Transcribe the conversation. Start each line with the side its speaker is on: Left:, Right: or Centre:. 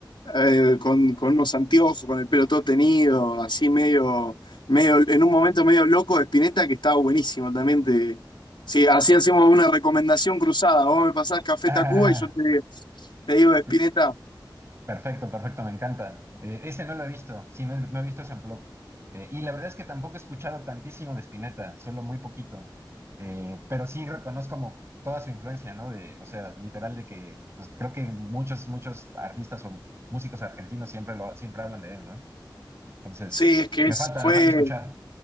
Left: eh, con, con unos anteojos, con el pelo todo tenido, así medio, medio, en un momento medio loco de Spinetta que estaba buenísimo también. Te, sí, así hacemos una recomendación cruzada. Vos me pasás Café
Right: Ah,
Left: Tacuba y yo te, te digo de Spinetta.
Right: per- perfecto, perfecto, me encanta. Eh, ese no lo he visto. Sí, no, he no he visto ese Unplugged. Eh, y la verdad es que tampoco he escuchado tantísimo de Spinetta, solo muy poquito. Eh, pero sí reconozco como toda su influencia, ¿no? De, o sea, literal de que pues, creo que muchos, muchos artistas o músicos argentinos siempre lo, siempre hablan de él, ¿no? Entonces,
Left: Sí, es que
Right: me
Left: es,
Right: falta,
Left: fue.
Right: me falta escuchar.